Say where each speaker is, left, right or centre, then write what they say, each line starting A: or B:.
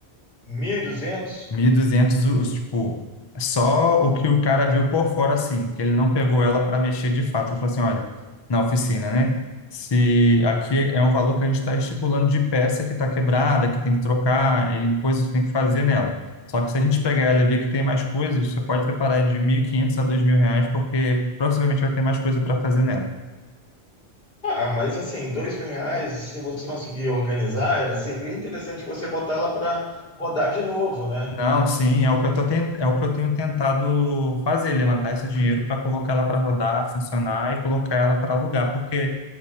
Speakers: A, on the left; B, on the left.
A: 1.200.
B: mil e duzentos os, tipo, só o que o cara viu por fora, assim, que ele não pegou ela para mexer de fato. Ele falou assim, olha, na oficina, né? Se aqui é um valor que a gente está estipulando de peça que está quebrada, que tem que trocar e coisas que tem que fazer nela. Só que se a gente pegar ela e ver que tem mais coisas, você pode separar de 1.500 a 2.000 reais, porque provavelmente vai ter mais coisa para fazer nela.
A: Ah, mas assim, dois mil reais, se você conseguir organizar, era sempre interessante você botar ela para rodar de novo, né?
B: Não, sim, é o que eu tô ten- é o que eu tenho tentado fazer, levantar esse dinheiro para colocar ela para rodar, funcionar e colocar ela para alugar, porque